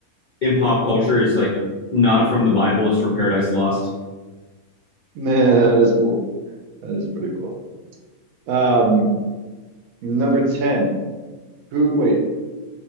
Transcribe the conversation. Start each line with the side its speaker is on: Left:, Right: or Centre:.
Left: in pop culture is like not from the Bible; it's from Paradise Lost.
Right: man, that is cool. That is pretty cool. Um, number 10. Who, wait,